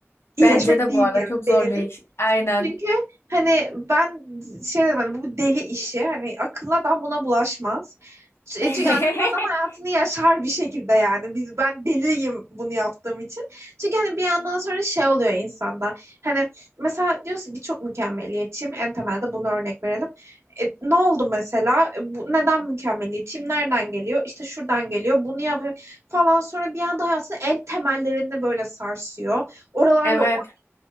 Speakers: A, on the right; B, on the left.
A: iyileşmek
B: Bence de
A: değil
B: bu arada
A: yani
B: çok zor
A: delilik.
B: bir iş. Aynen.
A: Çünkü hani ben şey dedim hani bu deli işi hani akıllı adam buna bulaşmaz. E
B: <laughs>
A: Çünkü akıllı adam hayatını yaşar bir şekilde yani. Biz ben deliyim bunu yaptığım için. Çünkü hani bir yandan sonra şey oluyor insanda. Hani mesela diyorsun ki çok mükemmeliyetçiyim. En temelde bunu örnek verelim. E, ne oldu mesela? E, Bu, neden mükemmeliyetçiyim? Nereden geliyor? İşte şuradan geliyor. Bunu yapıyor falan. Sonra bir anda hayatını en temellerini böyle sarsıyor. Oralarla
B: Evet.
A: oynuyorsun